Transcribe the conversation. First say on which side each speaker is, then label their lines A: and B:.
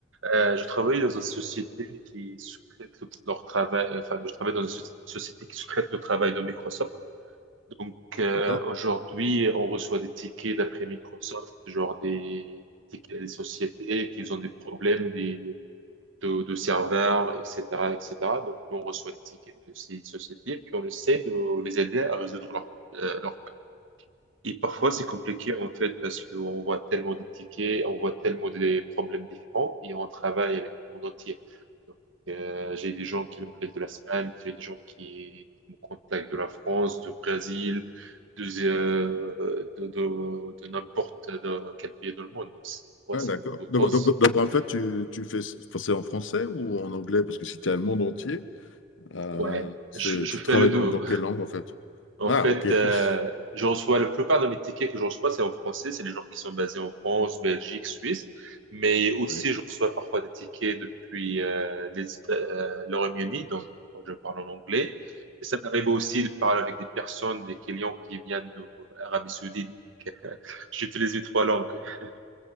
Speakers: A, on the right; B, on the left.
A: Euh, je travaille dans une société qui sous-traite le- leur travail, euh, enfin, je travaille dans une soci- société qui sous-traite le travail de Microsoft. Donc, euh,
B: D'accord?
A: aujourd'hui, on reçoit des tickets d'après Microsoft, genre des tickets des sociétés qui ont des problèmes, des de, de serveurs, etc., etc. Donc, nous, on reçoit les tickets de ces sociétés, puis on essaie de les aider à résoudre leur, euh, leur... Et parfois, c'est compliqué, en fait, parce qu'on voit tellement de tickets, on voit tellement des problèmes différents, et on travaille avec le monde entier. Donc, euh, j'ai des gens qui m'appellent de l'Espagne, j'ai des gens qui me contactent de la France, du Brésil, de, euh, de, de, de n'importe dans quel pays dans le monde. Donc, c'est ouais,
B: Ah,
A: c'est
B: d'accord.
A: un peu tense.
B: Donc, donc- donc, en fait, tu, tu fais, enfin, c'est en français ou en anglais? Parce que si tu es à le monde entier, euh,
A: Ouais,
B: c'est,
A: je, je
B: tu
A: fais
B: travailles
A: le deux.
B: dans, dans quelle langue, en fait?
A: En
B: Ah,
A: fait,
B: ok. <laughs>
A: euh, je reçois la plupart de mes tickets que je reçois, c'est en français. C'est les gens qui sont basés en France, Belgique, Suisse. Mais aussi,
B: Oui.
A: je reçois parfois des tickets depuis euh, les, Éta- euh, le Royaume-Uni, donc je parle en anglais. Et ça m'arrive aussi de parler avec des personnes, des clients qui viennent d'Arabie Saoudite. Donc, <laughs> J'utilise les trois langues. <laughs>